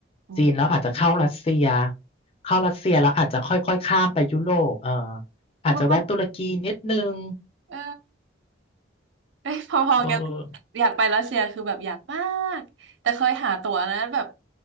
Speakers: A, on the right; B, on the left.
A: อืม
B: จีนแล้วอาจจะเข้ารัสเซียเข้ารัสเซียแล้วอาจจะค่อยๆ ข้ามไปยุโรปเออ
A: ใช่ปะ
B: อาจจะแวะตุรกีนิดนึง
A: เออ เอ้ยพอๆกันเลย
B: เออ
A: อยากไปรัสเซียคือแบบอยากมากแต่เคยหาตั๋วนะแบบ